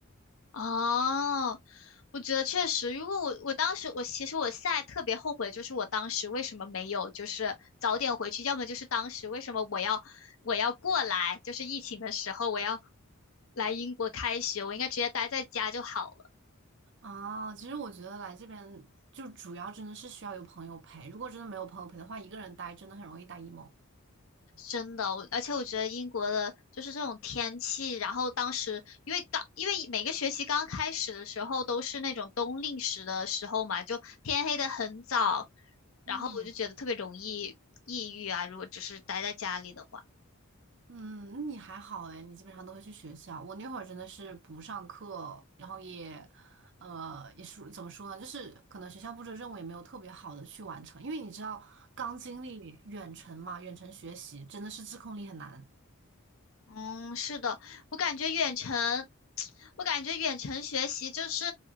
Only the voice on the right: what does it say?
啊，其实我觉得来这边就主要真的是需要有朋友陪，如果真的没有朋友陪的话，一个人待真的很容易待 emo。
嗯。
嗯，那你还好哎，你基本上都会去学校。我那会儿真的是不上课，然后也，呃，也是怎么说呢，就是可能学校布置的任务也没有特别好的去完成，因为你知道刚经历远程嘛，远程学习真的是自控力很难。